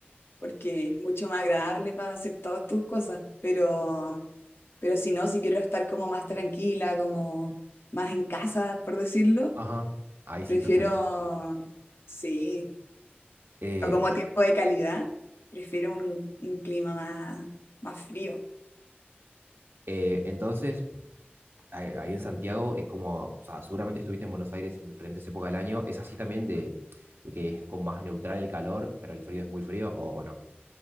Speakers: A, on the left; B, on the right.
A: porque es mucho más agradable para hacer todas tus cosas, pero, pero si no, si quiero estar como más tranquila, como más en casa, por decirlo,
B: Ajá, ahí sí
A: prefiero,
B: preferís el...
A: sí,
B: eh,
A: o como tiempo de calidad, prefiero un, un clima más, más frío.
B: eh, entonces, ahí ahí en Santiago es como, o sea, seguramente estuviste en Buenos Aires en diferentes épocas del año, ¿es así también de, de que es con más neutral el calor, pero el frío es muy frío o, o no?